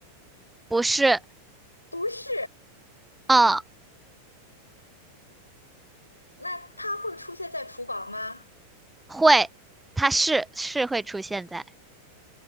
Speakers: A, in the centre; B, on the left.
A: 不是，
B: 不是，
A: 嗯，
B: 那它会出现在厨房吗？
A: 会，它是是会出现在。